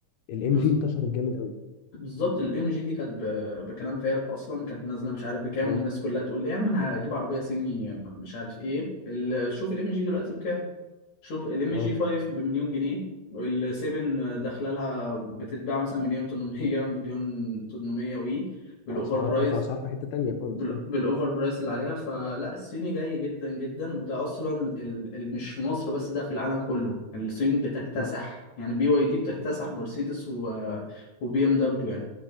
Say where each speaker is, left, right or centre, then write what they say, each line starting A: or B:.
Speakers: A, on the left; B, on the left.
A: الام
B: بز-
A: جي انتشرت جامد قوي
B: بالظبط الام جي دي كانت ب- بكلام فارغ اصلا كانت نازله مش عارف بكام
A: اه
B: والناس كلها تقول لي يا عم انا هجيب عربيه صيني مش عارف ايه ال- شوف الام جي دلوقتي بكام شوف الام
A: اه
B: جي 5 بمليون جنيه وال 7 داخله لها بتتباع مثلا مليون 800 مليون 800 وي بالاوفر
A: في اسعار
B: برايس
A: اه في اسعار في حته تانية خالص
B: بال-
A: اه
B: بالاوفر برايس اللي عليها فلا الصيني جاي جدا جدا وده اصلا ال... ال... مش في مصر بس ده في العالم كله يعني الصين بتكتسح
A: اه
B: يعني بي واي دي بتكتسح مرسيدس و... وبي ام دبليو يعني